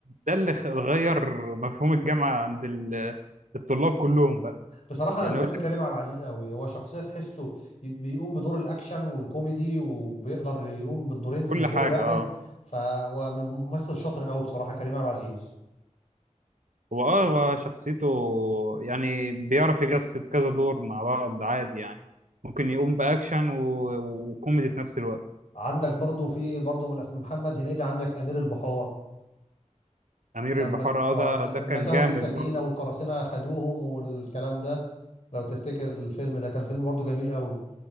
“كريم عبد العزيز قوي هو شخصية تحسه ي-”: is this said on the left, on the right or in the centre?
Left